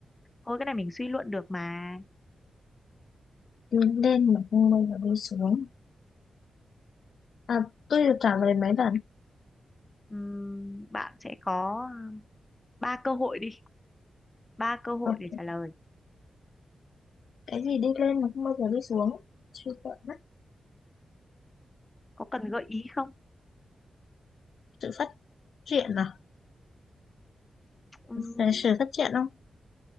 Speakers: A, on the left (about 20°); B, on the left (about 65°).
A: thôi cái này mình suy luận được mà
B: đi lên mà không bao giờ đi xuống à tôi được trả lời mấy lần
A: Ừm, bạn sẽ có ừm, ba cơ hội đi ba cơ hội
B: ok
A: để trả lời
B: cái gì đi lên mà không bao giờ đi xuống suy sợ mất
A: có cần gợi ý không
B: sự phát triển à
A: Ừm,
B: về sự phát triển không